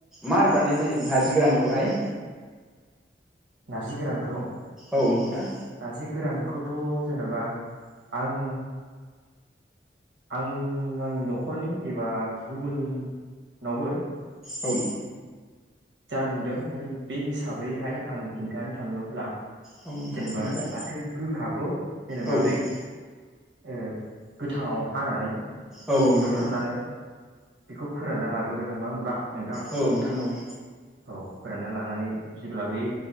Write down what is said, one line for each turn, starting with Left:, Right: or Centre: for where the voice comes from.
Centre: मारै बानायनाय जायो नारजि गोरानखौहाय।
Right: नारजि गोरानखौ
Centre: औ नोंथां।
Right: जि गोरानखौथ जेनेबा आं आं आंनि न'खरनि एबा गुबुननावबो
Centre: औ
Right: जा नुदों माने बे हिसाबैहाय आं खिनथानो थाङोब्ला
Centre: औ नोंथां
Right: जेनेबा
Centre: खोन्थालाय
Right: फाथो गोखाखौ जेनेबा
Centre: औ औ
Right: बै ओह गोथाङाव हानानै
Centre: औ नोंथां
Right: बेखौ
Centre: औ
Right: फुनानै बेखौ फोरानना लाग्रोबाय नङा होनब्ला? नोंथां
Centre: औ नोंथां औ
Right: औ फोरानना लानानै जेब्ला बे